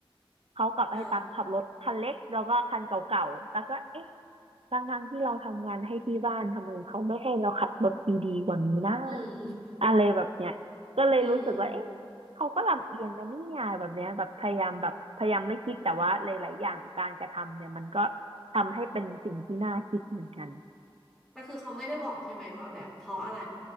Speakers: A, on the right; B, in the centre.
A: เขากลับให้ตักขับรถคันเล็กแล้วก็คันเก่าๆตักก็เอ๊ะ
B: เอ่า
A: ทั้งทั้งที่เราทำงานให้ที่บ้านทำไมเขาไม่ให้เราขับรถดีๆกว่านี้นะ
B: อืม
A: อะไรแบบเนี้ยก็เลยรู้สึกว่าเอ๊ะเขาก็ลำเอียงนะเนี่ยแบบเนี้ยแบบพยายามแบบพยายามไม่คิดแต่ว่าหลายๆอย่างการกระทำเนี่ยมันก็
B: อืม
A: ทำให้เป็นสิ่งที่น่าคิดเหมือนกัน
B: แต่คือเขาไม่ได้บอกใช่ไหมว่าแบบเพราะอะไร